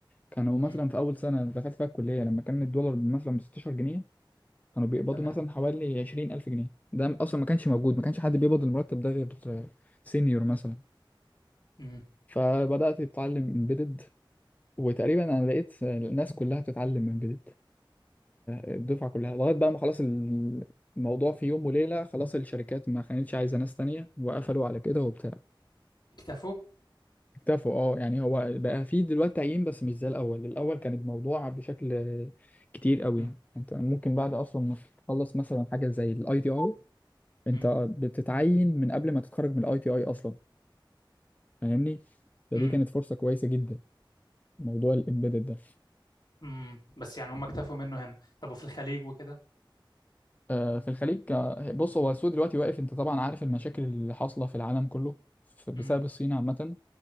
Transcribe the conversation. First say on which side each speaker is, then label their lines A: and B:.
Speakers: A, on the left (about 20°); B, on the left (about 55°).
A: كانوا مثلا
B: مم.
A: في اول سنه دخلت فيها الكليه لما كان الدولار مثلا ب 16 جنيه كانوا بيقبضوا
B: تمام
A: مثلا حوالي عشرين ألف جنيه ده أصلا ما كانش موجود ما كانش حد بيقبض المرتب ده غير سينيور مثلا
B: مم.
A: فبدأت أتعلم امبيدد وتقريبا أنا لقيت الناس كلها بتتعلم امبيدد الدفعة كلها لغاية بقى ما خلاص الموضوع في يوم وليلة خلاص الشركات ما كانتش عايزة ناس تانية وقفلوا على كده وبتاع
B: اكتفوا
A: اكتفوا اه يعني هو بقى في دلوقتي تعيين بس مش زي الأول الأول كان الموضوع بشكل كتير قوي
B: مم.
A: يعني انت ممكن بعد اصلا ما تخلص مثلا حاجه زي الاي تي اي انت
B: مم.
A: بتتعين من قبل ما تتخرج من الاي تي اي اصلا فاهمني فدي
B: مم.
A: كانت فرصه كويسه جدا موضوع الامبيدد ده
B: امم بس يعني هم اكتفوا منه هنا طب وفي الخليج وكده
A: آه، في الخليج آه، بص هو السوق دلوقتي واقف انت طبعا عارف المشاكل اللي حاصله في العالم كله ف- بسبب
B: امم
A: الصين عامه